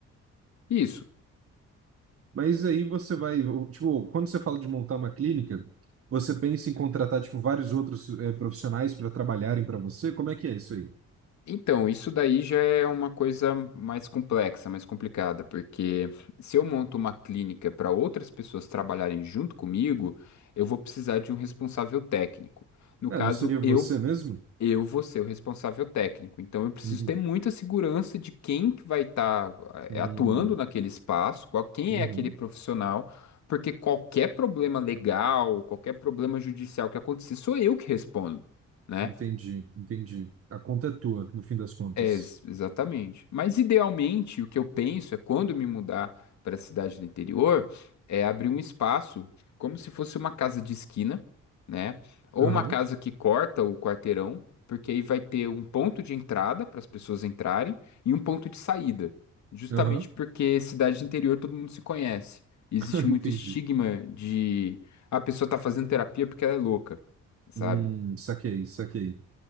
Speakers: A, on the left; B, on the right.
A: Isso.
B: Mas aí você vai. Tipo, quando você fala de montar uma clínica. Você pensa em contratar, tipo, vários outros é, profissionais para trabalharem para você? Como é que é isso aí?
A: Então, isso daí já é uma coisa mais complexa, mais complicada, porque se eu monto uma clínica para outras pessoas trabalharem junto comigo, eu vou precisar de um responsável técnico. No
B: Ah,
A: caso,
B: não seria você
A: eu
B: mesmo?
A: eu vou ser o responsável técnico. Então, eu preciso
B: Uhum.
A: ter muita segurança de quem que vai estar
B: Hum.
A: atuando naquele espaço, qual quem
B: Uhum.
A: é aquele profissional, porque qualquer problema legal, qualquer problema judicial que acontecer, sou eu que respondo, né?
B: Entendi, entendi. A conta é tua, no fim das contas.
A: É, ex- exatamente. Mas idealmente, o que eu penso é quando eu me mudar para a cidade do interior, é abrir um espaço como se fosse uma casa de esquina, né? Ou
B: Aham,
A: uma casa que corta o quarteirão, porque aí vai ter um ponto de entrada para as pessoas entrarem e um ponto de saída. Justamente
B: aham,
A: porque cidade de interior todo mundo se conhece. Existe
B: <laughs>
A: muito
B: entendi.
A: estigma de "Ah, a pessoa tá fazendo terapia porque ela é louca, sabe?
B: Hum, saquei, saquei.